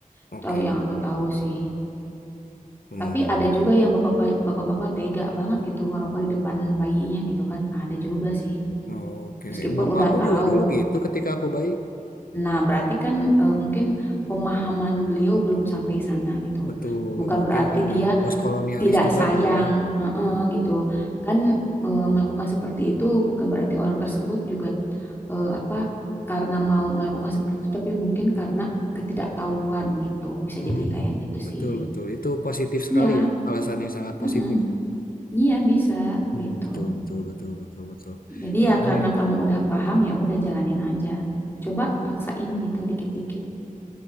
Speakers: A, on the left (about 90°); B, on the left (about 15°).
A: oke,
B: itu yang
A: oke.
B: aku tahu sih.
A: Hmm.
B: Tapi ada juga yang bapak-bapak bapak-bapak tega banget gitu ngerokok di depan bayinya gitu kan. Ada juga sih.
A: Oke,
B: Meskipun
A: bapakku
B: udah tahu.
A: juga dulu gitu ketika aku bayi.
B: Nah, berarti kan eh, mungkin pemahaman beliau belum sampai sana gitu.
A: Betul,
B: Bukan
A: mungkin
B: berarti
A: karena
B: dia
A: postkolonialis
B: tidak
A: juga
B: sayang,
A: kali ya.
B: Heeh, gitu. Kan eh, melakukan seperti itu bukan berarti orang tersebut juga eh, apa karena mau melakukan seperti itu, tapi mungkin karena ketidaktahuan gitu. Bisa
A: Hmm,
B: jadi kayak gitu
A: betul,
B: sih.
A: betul. Itu positif sekali
B: Ya,
A: ya, alasan yang sangat
B: heeh.
A: positif ya.
B: Iya bisa
A: Hmm,
B: gitu.
A: betul, betul, betul, betul, betul.
B: Jadi ya
A: Ini,
B: karena kamu udah paham ya udah jalanin aja. Coba baksain gitu dikit-dikit.